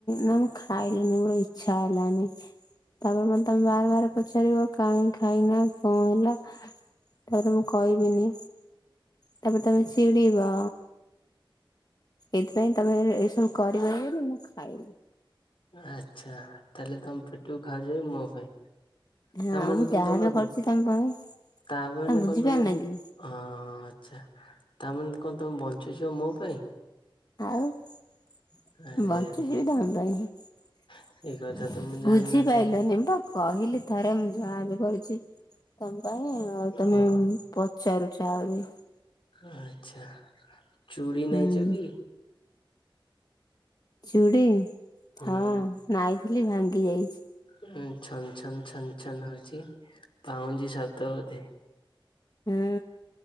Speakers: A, on the left; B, on the left.
A: ନା ମୁଁ ଖାଇଲିନି ମୋର ଇଛା ହେଲାନି ତାପରେ ମାନେ ତମେ ବାର ବାର ପଚାରିବ କାହିଁ ଖାଇନା କଣ ହେଲା? ତାରେ ମୁଁ କହିବିନି, ତାପରେ ତମେ ଚିଡିବ। ଏଥିପାଇଁ ତମେ ଏସବୁ କରିବନି ବୋଲି ମୁଁ ଖାଇନି
B: ଆଚ୍ଛା! ତା ହେଲେ ତମ ପେଟକୁ ଖାଉଛ ମୋ ପାଇଁ
A: ହଁ
B: ତା ମାନେ
A: ମୁଁ
B: କଣ
A: ଯାହାବି
B: ତମେ
A: କରୁଛି ତମ ପାଇଁ
B: ତା ମାନେ
A: ନା ବୁଝିପାରୁନ
B: କଣ ତମେ ହଁ
A: କି
B: ହଁ ଆଚ୍ଛା! ତା ମାନେ କଣ ତମେ ବଞ୍ଚୁଛ ମୋ ପାଇଁ?
A: ଆଉ
B: ଆରେ
A: ବଞ୍ଚୁଛି
B: ଆରେ
A: ବି ତମ ପାଇଁ
B: ଏଇ କଥା ତ ମୁଁ ଜାଣିନଥିଲି
A: ବୁଝିପାଇଲନି ପା କହିଲି ଥରେ ମୁଁ ଯାହା ବି କରୁଛି ତମ ପାଇଁ ଆଉ
B: ଓହୋ
A: ତମେ ପଚାରୁଛ ଆହୁରି
B: ଆଚ୍ଛା ଚୁଡ଼ି
A: ହୁଁ
B: ନାଇଛ କି?
A: ଚୁଡ଼ି
B: ହୁଁ
A: ହଁ ନାଇଥିଲି ଭାଙ୍ଗି ଯାଇଛି।
B: ଉଁ ଛନ ଛନ ଛନ ଛନ ହଉଛି ପାଉଁଜି ଶବ୍ଦ ବୋଧେ
A: ହୁଁ